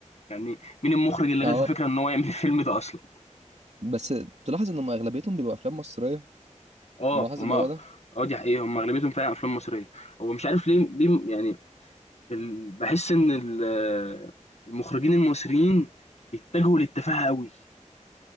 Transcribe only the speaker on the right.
اه
بس تلاحظ ان هم اغلبيتهم بيبقوا افلام مصريه
ملاحظ
الموضوع
ده